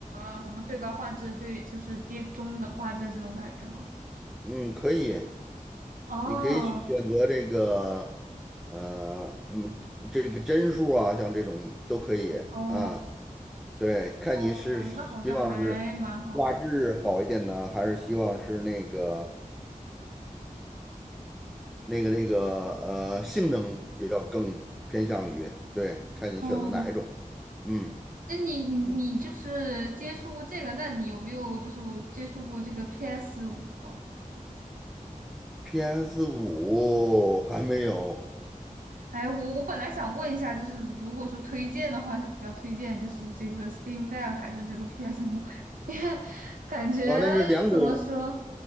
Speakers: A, on the right; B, in the centre.
A: 呃什么最高画质、最就是低中等画质这种感觉吗？
B: 嗯，可以，
A: 哦。
B: 你可以选选择这个呃嗯这个帧数啊，像这种都可以啊。
A: 哦
B: 对，看你是希望是画质好一点呢，
A: 哦，那好像还蛮好。
B: 还是希望是那个那个那个呃性能也要更偏向于，对，看你选择哪一种。
A: 哦，
B: 嗯
A: 那你你你就是接触过这个，那你有没有就是接触过这个 PS 五啊？
B: ，PS 五还没有
A: 哎，我我本来想问一下，就是如果说推荐的话，是比较推荐就是这个 Steam Deck 还是这个 PS 五？<laughs> 感觉怎么说
B: 啊？那是两种